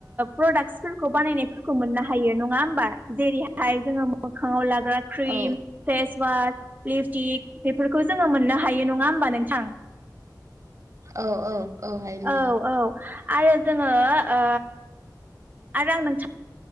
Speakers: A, on the right; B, on the right.
A: प्रडाक्सफोरखौ बानायनायफोरखौ मोननो हायो नङा होमबा जेरै नाथाय जोङो मोखाङाव लाग्रा क्रिम
B: औ
A: फेसवास लिपस्टिक बेफोरखौ जोङो मोननो हायो नङा होमबा नोंथां
B: औ औ हायो नोंथां
A: औ औ आरो जोङो ओ आरो आं नोंथां